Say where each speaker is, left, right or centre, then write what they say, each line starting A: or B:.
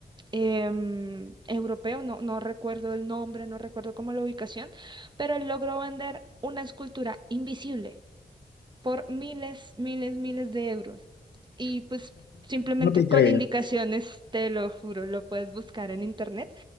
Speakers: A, on the right; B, on the left.
A: em, europeo, no, no recuerdo el nombre, no recuerdo cómo la ubicación, pero él logró vender una escultura invisible por miles, miles, miles de euros. Y pues simplemente
B: No te creo.
A: con indicaciones, te lo juro, lo puedes buscar en internet.